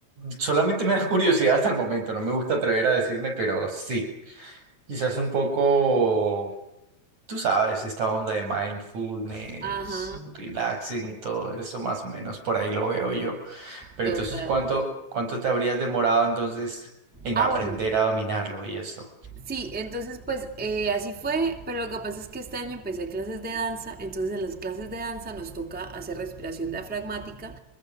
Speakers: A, on the right; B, in the centre.
A: solamente me da curiosidad hasta el momento. No me gusta atrever a decirme, pero sí. Quizás un poco, tú sabes, esta onda de mindfulness,
B: Ajá,
A: relaxing y todo eso, más o menos, por ahí lo veo yo. Pero
B: total.
A: entonces, ¿cuánto, cuánto te habrías demorado entonces en
B: Ah,
A: aprender
B: bueno,
A: a dominarlo y esto?
B: sí, entonces pues eh, así fue, pero lo que pasa es que este año empecé clases de danza, entonces en las clases de danza nos toca hacer respiración diafragmática